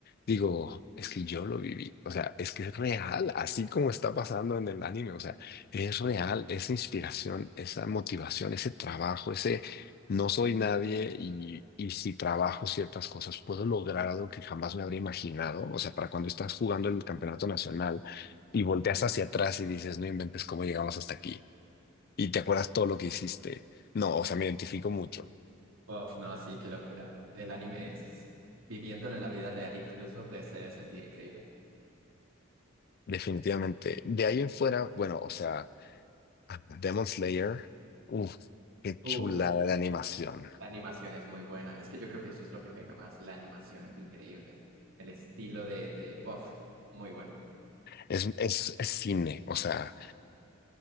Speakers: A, on the left; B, on the right.
A: digo, es que yo lo viví. O sea, es que es real, así como está pasando en el anime. O sea, es real esa inspiración, esa motivación, ese trabajo, ese no soy nadie y, y si trabajo ciertas cosas, puedo lograr algo que jamás me habría imaginado. O sea, para cuando estás jugando en el campeonato nacional y volteas hacia atrás y dices, no inventes cómo llegamos hasta aquí y te acuerdas todo lo que hiciste. No, o sea, me identifico mucho,
B: Uf, no, sí, qué locura. El anime es, viviéndolo en la vida real incluso, de se debe sentir increíble.
A: definitivamente. De ahí en fuera, bueno, o sea, Demon Slayer, uff, qué chulada
B: Uf,
A: de animación.
B: La animación es muy buena. Es que yo creo que eso es lo que pega más. La animación es increíble. El estilo de, de buff, muy bueno.
A: Es, es, es cine, o sea,